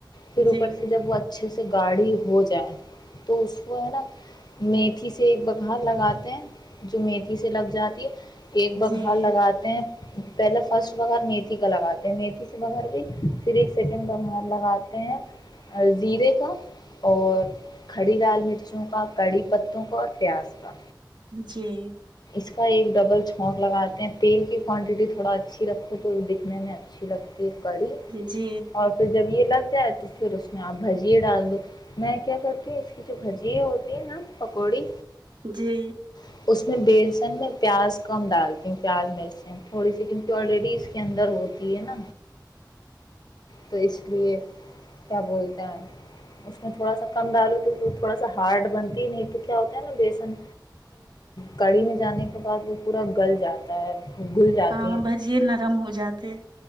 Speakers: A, on the left; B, on the right.
A: پھر
B: جی
A: اوپر سے جب وہ اچھے سے گاڑی ہو جائے تو اسو ہے نا میتھی سے ایک بگھار لگاتے ہیں جو میھی سے لگ جاتی ہے ایک
B: جی
A: بگ گا لگاتے ہیں پہلے فرسٹ بغیر میھی کا لگاتے ہیں میھی سے بغیر بھی پھر ایک سیکنڈ
B: جی
A: بن لگات ہیں زیرے کا اور کھڑی لال مرچوں کا کڑی پتوں کا اور پیاز کا
B: جی
A: اس کا ایک ڈبل چھونک لگاتے ہیں تیل کی کوانٹٹی تھوڑا اچھی رکھو تو دکھنے میں اچھی لگتی ہے
B: جی
A: <unintelligible> جب یلگیا ہے تو پھر اس میں بھیجئے ڈال دو میں کیا کرتی ہو اسکے جگہ جو بھج جئے ہوتے ہیں نہ پکودی
B: جی
A: اس بیسن میں پیاس کم ڈالتی ہو پیاس ویسے تھوڑی سی الریڈی ہوتی ہے نہ تو اسلئے کیا بولتے ہیں اس میں تھوڑا سا کم ڈالو تو تھوڑا سا ہارڈ بنتی ہے بھی تو کیا ہوتا ہیں نہ بیسن کڑھائی میں جانے کے بعد پورا گل جاتا ہے گھل جاتی
B: ہا بھیجئے نرم ہو جاتے ہے